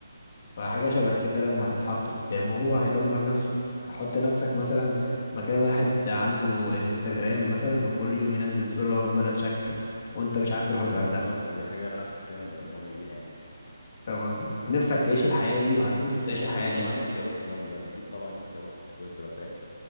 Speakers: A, on the left; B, on the left.
A: فحاجة
B: صح
A: شبه كده لما تتحط قدامه هو هيدمر نفسه حط نفسك مثلا مكان واحد عنده انستجرام مثلا وكل يوم ينزل صورة وهو في بلد شكل وانت مش عارف تروح الغردقة
B: بالظبط دي حاجه انا شخصيا بمر بيها
A: فاهم قصدي؟ ونفسك تعيش
B: يعني
A: الحياة دي وهتموت وتعيش
B: اكيد
A: الحياة
B: طبعا
A: دي
B: نفسي اروح لندن اكيد طبعا نفسي اروح سويسرا فاهم